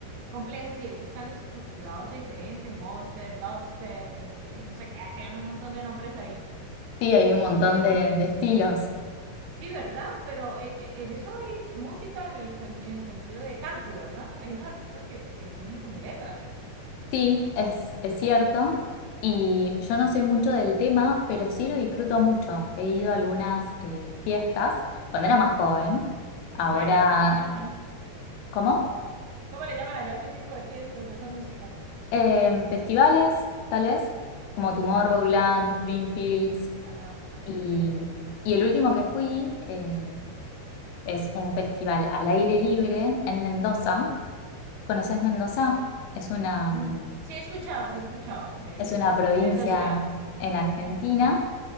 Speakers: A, on the right; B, on the left.
A: complejos y de hecho están estructurados de diferente, Mosted, Dubstep, este, no sé qué, tienen un montón de nombres ahí,
B: Sí, hay un montón
A: pero
B: de, de estilos.
A: sí, ¿verdad? Pero en, en eso hay música en el, sen- en el sentido de canto, ¿verdad? Hay unos artistas que, que tienen como letras,
B: Sí, es, es cierto. Y yo no soy mucho del tema, pero sí lo disfruto mucho. He ido a algunas eh, fiestas cuando era más joven. Ahora,
A: rave, le llaman.
B: ¿cómo?
A: ¿Cómo le llaman allá a ese tipo de fiestas, de esa música?
B: Em, festivales, tal vez, como Tomorrowland,
A: Ah, o-
B: Greenfields.
A: ah, ok,
B: Y,
A: ok, ok.
B: y el último que fui eh, es un festival al aire libre en Mendoza. ¿Conoces Mendoza? Es una, mm,
A: Mm, Sí he escuchado, sí he escuchado de,
B: es una provincia
A: de esa ciudad.
B: en Argentina
A: Es-